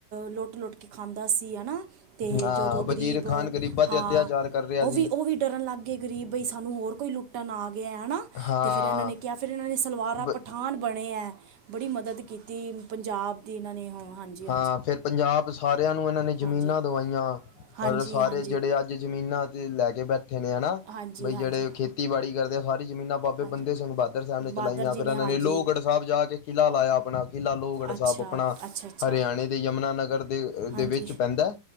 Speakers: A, on the right; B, on the left.
A: ਲੁੱਟ ਲੁੱਟ ਖਾਂਦਾ ਸੀ, ਹਨਾ ਤੇ
B: ਹਾਂ
A: ਜਦੋਂ
B: ਵਜ਼ੀਰ
A: ਗਰੀਬ
B: ਖਾਨ ਗ਼ਰੀਬਾਂ ਤੇ
A: ਹਾਂ
B: ਅਤਿਆਚਾਰ ਕਰ ਰਿਹਾ
A: ਓ ਵੀ
B: ਸੀ।
A: ਓ ਵੀ ਡਰਨ ਲੱਗ ਗੇ ਗਰੀਬ ਬਈ, ਸਾਨੂੰ ਹੋਰ ਕੋਈ ਲੁੱਟਣ ਆ ਗਿਆ ਹਨਾ।
B: ਹਾਂ
A: ਤੇ ਫੇਰ ਐਨਾਂ ਨੇ ਕਿਆ ਫੇਰ ਏਨਾਂ ਦੀਆਂ ਸਲਵਾਰਾਂ
B: ਬ
A: ਪੱਠਾ ਠਾਨ ਬਣੇ ਐ, ਬੜੀ ਮਦਦ ਕੀਤੀ ਪੰਜਾਬ ਦੀ ਏਨਾਂ ਨੇ ਹਾਂ। ਹਾਂਜੀ
B: ਹਾਂ ਫੇਰ ਪੰਜਾਬ ਸਾਰਿਆਂ ਨੂੰ ਏਨਾਂ ਨੇ
A: ਹਾਂਜੀ
B: ਜ਼ਮੀਨਾਂ
A: ਹਾਂਜੀ
B: ਦਵਾਈਆਂ,
A: ਹਾਂਜੀ
B: ਸਾਰੇ
A: ਹਾਂਜੀ
B: ਜੇੜੇ ਅੱਜ ਜੇ ਜ਼ਮੀਨਾਂ ਅੱਜ਼ ਲੈ ਕੇ ਬੈਠੇ ਨੇ ਹਨਾ।
A: ਹਾਂਜੀ
B: ਬਈ
A: ਹਾਂਜੀ
B: ਜੜੇ ਖੇਤੀਬਾੜੀ ਕਰਦੇ, ਸਾਰੀ ਜ਼ਮੀਨਾਂ ਬਾਬੇ
A: ਹਾਂਜੀ
B: ਬੰਦੇ ਸਿੰਘ ਬਾਦਰ ਸੈਬ ਨੇ
A: ਬਹਾਦਰ
B: ਚਲਾਈਆਂ।
A: ਜੀ
B: ਫੇਰ ਏਨੇ
A: ਹਾਂਜੀ
B: ਨੇ ਲੋਹਗੜ੍ਹ ਸਾਬ ਜਾ ਕੇ ਕਿਲ੍ਹਾ ਲਾਇਆ ਆਪਣਾ, ਕਿਲ੍ਹਾ ਲੋਹਗੜ੍ਹ
A: ਅੱਛਾ
B: ਸਾਬ ਆਪਣਾ
A: ਅੱਛਾ ਅੱਛਾ
B: ਹਰਿਆਣੇ ਦੇ ਯਮਨਾਨਗਰ ਦੇ
A: ਹਾਂਜੀ
B: ਦੇ ਵਿੱਚ ਪੈਂਦਾ,